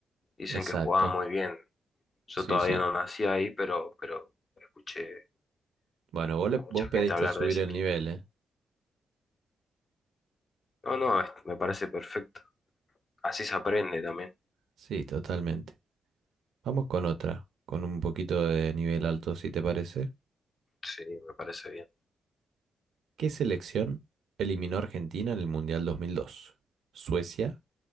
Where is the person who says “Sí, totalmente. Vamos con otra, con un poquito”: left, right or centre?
Right